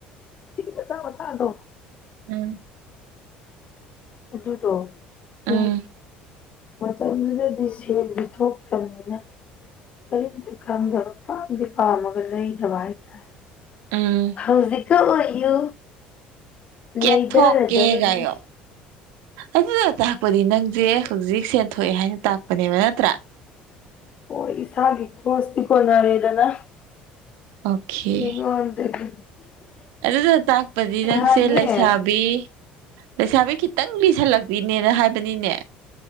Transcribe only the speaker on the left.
ꯃꯆꯥ ꯃꯆꯥꯗꯣ
ꯑꯗꯨꯗꯣ
ꯎ ꯃꯇꯝꯗꯨꯗꯗꯤ ꯁꯦꯜꯗꯤ ꯊꯣꯛꯇ꯭ꯔꯕꯅꯤꯅ ꯀꯔꯤꯝꯇ ꯈꯪꯗꯕ ꯄꯥꯝꯗꯤ ꯄꯥꯝꯃꯒ ꯂꯩꯗꯕ ꯍꯥꯏꯇꯥꯔꯦ
ꯍꯧꯖꯤꯛꯀ ꯑꯣꯏꯌꯨ
ꯂꯩꯊꯔꯗꯕꯅꯤ
ꯍꯣꯏ ꯏꯁꯥꯒꯤ ꯈ꯭ꯔꯣꯁꯇꯤ ꯀꯣꯟꯅꯔꯦꯗꯅ
ꯃꯤꯉꯣꯟꯗꯒꯤ
ꯍꯥꯏꯌꯦ